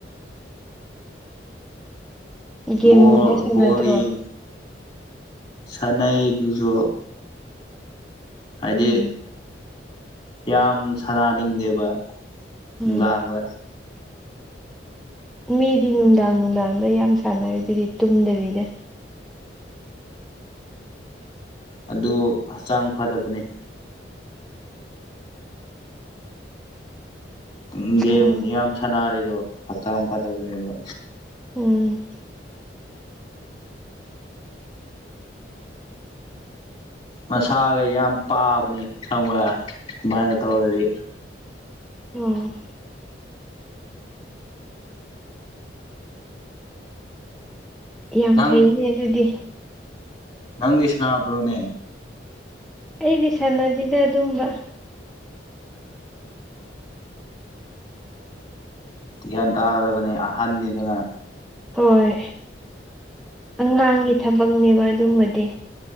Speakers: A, in the centre; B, on the left.
A: ꯒꯦꯝꯒꯨꯝꯕ
B: ꯕꯣꯜ
A: ꯁꯥꯟꯅꯗ꯭ꯔꯣ
B: ꯕꯣꯜ ꯌꯦꯡ ꯁꯥꯟꯅꯌꯦ ꯑꯗꯨꯁꯨ ꯍꯥꯏꯗꯤ
A: ꯎꯝ
B: ꯌꯥꯝ ꯁꯥꯟꯅꯥꯅꯤꯡꯗꯦꯕ ꯅꯨꯡꯗꯥꯡꯗꯥ
A: ꯎꯝ ꯃꯤꯗꯤ ꯅꯨꯡꯗꯥꯡ ꯅꯨꯡꯗꯥꯡꯗ ꯌꯥꯝ ꯁꯥꯟꯅꯔꯦ ꯑꯗꯨꯗꯤ ꯇꯨꯝꯗꯕꯤꯅꯦ
B: ꯑꯗꯨ ꯍꯛꯆꯥꯡ ꯐꯗꯕꯅꯤ ꯎ ꯒꯦꯝ
A: ꯎꯝ
B: ꯌꯥꯝ ꯁꯥꯟꯅꯔꯦꯗꯣ ꯍꯛꯆꯥꯡ ꯐꯠꯇꯕꯅꯦꯕ
A: ꯎꯝ
B: ꯃꯁꯥꯒ ꯌꯥꯝ ꯄꯥꯕꯅꯤ ꯈꯪꯕ ꯗꯨꯝꯃꯥꯏꯅ ꯇꯧꯔꯗꯤ
A: ꯑꯣ ꯌꯥꯝ
B: ꯅꯪ
A: ꯐꯩꯅꯦ ꯑꯗꯨꯗꯤ
B: ꯅꯪꯗꯤ ꯁꯅꯥꯕ꯭ꯔꯣꯅꯦ?
A: ꯑꯩꯗꯤ ꯁꯥꯟꯅꯗꯦꯗ ꯑꯗꯨꯝꯕ꯫
B: ꯒ꯭ꯌꯥꯟ ꯇꯥꯒꯗꯕꯅꯦ ꯑꯍꯟꯅꯤꯗꯅ
A: ꯍꯣꯏ ꯑꯉꯥꯡꯒꯤ ꯊꯕꯛꯅꯦꯕ ꯑꯗꯨꯝꯕꯗꯤ꯫